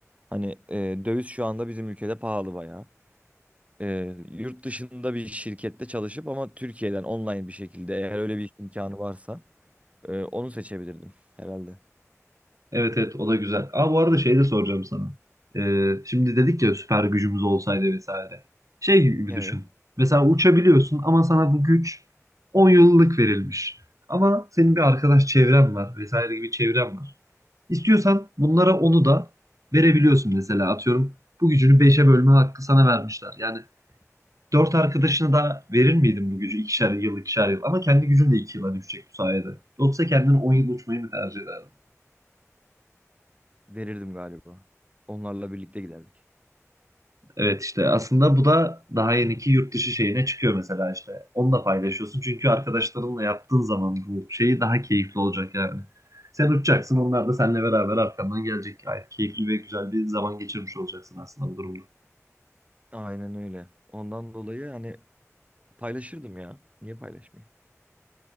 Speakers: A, on the right; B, on the right.
A: Hani e, döviz şu anda bizim ülkede pahalı bayağı. E, yurt dışında bir şirkette çalışıp ama Türkiye'den online bir şekilde eğer öyle bir imkanı varsa e, onu seçebilirdim herhalde.
B: Evet evet o da güzel. Aa bu arada şey de soracağım sana. Ee, şimdi dedik ya süper gücümüz olsaydı vesaire. Şey gibi
A: Evet
B: düşün. Mesela uçabiliyorsun ama sana bu güç 10 yıllık verilmiş. Ama senin bir arkadaş çevren var vesaire gibi çevren var. İstiyorsan bunlara onu da verebiliyorsun mesela atıyorum. Bu gücünü beşe bölme hakkı sana vermişler. Yani 4 arkadaşına da verir miydin bu gücü ikişer yıl ikişer yıl? Ama kendi gücün de 2 yıla düşecek bu sayede. Yoksa kendin 10 yıl uçmayı mı tercih ederdin?
A: verirdim galiba. Onlarla birlikte giderdik.
B: Evet işte aslında bu da daha yeniki yurt dışı şeyine çıkıyor mesela işte. Onu da paylaşıyorsun çünkü arkadaşlarınla yaptığın zaman bu şeyi daha keyifli olacak yani. Sen uçacaksın onlar da seninle beraber arkandan gelecek. Gayet keyifli ve güzel bir zaman geçirmiş olacaksın aslında bu durumda.
A: Aynen öyle. Ondan dolayı hani paylaşırdım ya. Niye paylaşmayayım?